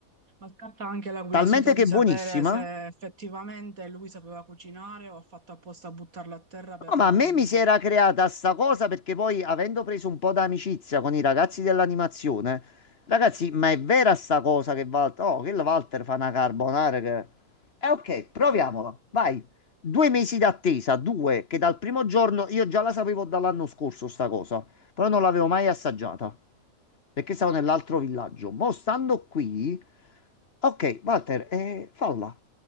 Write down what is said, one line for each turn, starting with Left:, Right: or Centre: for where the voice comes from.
Right: Ma scatta anche la curiosità
Left: Talmente che
Right: di sapere
Left: buonissima
Right: se effettivamente lui sapeva cucinare o ha fatto apposta a buttarla a terra per
Left: No, ma
Right: non...
Left: a me mi si era creata sta cosa perché poi avendo preso un po' d'amicizia con i ragazzi dell'animazione, ragazzi, ma è vera sta cosa che Walter, oh, che il Walter fa una carbonara che... Eh ok, proviamola, vai. Due mesi d'attesa, due, che dal primo giorno io già la sapevo dall'anno scorso sta cosa, però non l'avevo
Right: Sì.
Left: mai assaggiata perché stavo
Right: Ok.
Left: nell'altro villaggio. Mo' stando qui, ok, Walter, eh, falla.